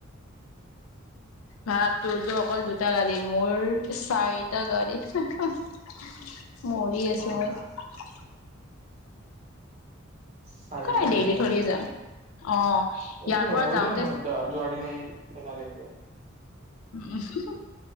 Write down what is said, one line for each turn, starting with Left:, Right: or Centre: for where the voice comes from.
Left: ভাব তোৰটো অকল দুটা গাড়ী মোৰ চাৰিটা গাড়ী <unintelligible> মৰি আছো
Right: অ
Left: মই।
Right: না চাৰিটা
Left: নাই
Right: গাড়ী
Left: ডেইলি
Right: <unintelligible>
Left: থৰিয়ে যাম অ
Right: সটো
Left: ইয়াৰ
Right: হয়
Left: পৰা
Right: হ'লেও
Left: যাওঁতে
Right: ন জোৱা দিনাই এলাহ লাগি যায়।
Left: <unintelligible>